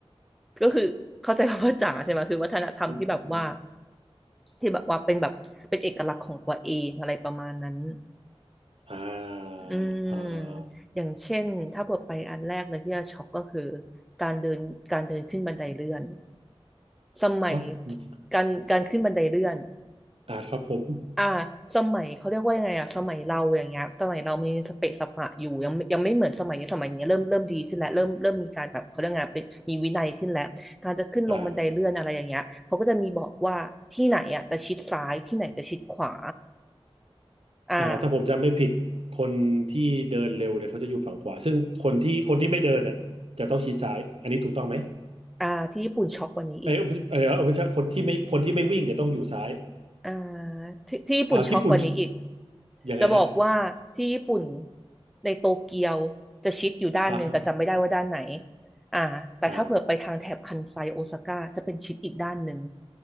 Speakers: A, in the centre; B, on the right.
A: ก็คือเข้าใจคำว่าจ๋าใช่ไหมคือวัฒนธรรมที่แบบว่า
B: อืมอืม
A: ที่แบบว่าเป็นแบบเป็นเอกลักษณ์ของตัวเองอะไรประมาณนั้น
B: อ่า
A: อืม
B: อ่า
A: อย่างเช่นถ้าเปิดไปอันแรกเลยที่จะช็อกก็คือการเดินการเดินขึ้นบันไดเลื่อนสมัย
B: ฮะมี
A: การการขึ้นบันไดเลื่อน
B: อ่าครับผม
A: อ่าสมัยเขาเรียกว่ายังไงอะสมัยเราอย่างเงี้ยสมัยเรามีสเปะสปะอยู่ยังยังไม่เหมือนสมัยนี้สมัยนี้เริ่มเริ่มดีขึ้นแล้วเริ่มเริ่มมีการแบบเขาเรียกไงเป็นมีวินัยขึ้นแล้วการจะขึ้นลงบันไดเลื่อนอะไรอย่างเงี้ยเขาก็จะมีบอกว่าที่ไหนอะจะชิดซ้ายที่ไหนจะชิดขวา
B: อ่า
A: อ่า
B: อ่าถ้าผมจำไม่ผิดคนที่เดินเร็วเนี่ยเขาจะอยู่ฝั่งขวาซึ่งคนที่คนที่ไม่เดินอ่ะจะต้องชี้ซ้ายอันนี้ถูกต้องไหม
A: อ่าที่ญี่ปุ่นช็อกกว่านี้อีก
B: เอ้ยเออเอาไม่ใช่คนที่ไม่คนที่ไม่วิ่งจะต้องอยู่ซ้าย
A: อ่าที่ที่ญี่ปุ่นช็อกกว่านี้อีก
B: อ่าญี่ปุ่นยังไงฮะ
A: จะบอกว่าที่ญี่ปุ่นในโตเกียวจะชิดอยู่ด้านหนึ่งแต่จำไม่ได้ว่าด้านไหน
B: อ่าฮะ
A: อ่าแต่ถ้าเผื่อไปทางแถบคันไซโอซาก้าจะเป็นชิดอีกด้านหนึ่ง
B: อ่า